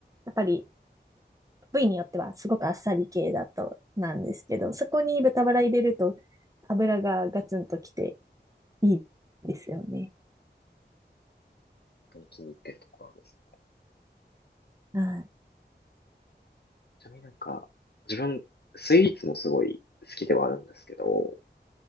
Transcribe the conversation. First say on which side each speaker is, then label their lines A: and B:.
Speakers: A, on the right; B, on the left.
A: やっぱり部位によってはすごくあっさり系だとなんですけど、そこに豚バラ入れると油がガツンときていいですよね。
B: 本当に気に入ってるところです。
A: はい。
B: ちなみになんか、自分、スイーツもすごい好きではあるんですけど、